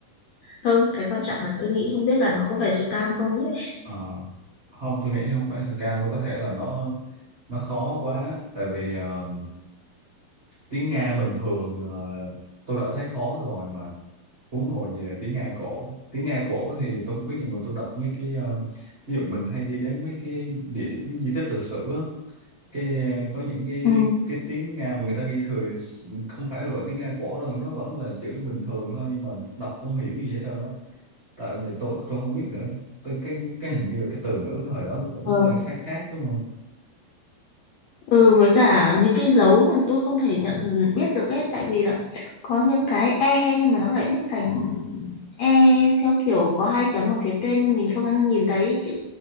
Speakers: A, on the left (about 75°); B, on the right (about 60°).
A: không cái quan trọng là tôi nghĩ không biết là nó có phải scam không ấy
B: Ờ không tôi nghĩ không phải scam mà có thể là nó nó khó quá tại vì ờ, tiếng Nga bình thường ờ, tôi đã thấy khó rồi mà huống hồ gì là tiếng Nga cổ tiếng Nga cổ thì tôi không biết nhưng mà tôi đọc mấy cái ờ, ví dụ mình hay đi đến mấy cái địa điểm di tích lịch sử á, cái có những cái
A: Ừ.
B: cái tiếng Nga mà người ta ghi thừa không phải là gọi tiếng Nga cổ đâu nó vẫn là chữ bình thường thôi nhưng mà đọc không hiểu gì hết trơn á tại vì tôi tôi không biết nữa tôi cái cái hình như là cái từ ngữ hồi đó nó cũng
A: Ờ.
B: hơi khác khác đúng không
A: Ừ, với cả những cái dấu mà tôi không thể nhận biết được ấy tại vì là có những cái e nhưng mà nó lại viết thành e theo kiểu có hai chấm ở phía trên nhưng mình không nhìn thấy chữ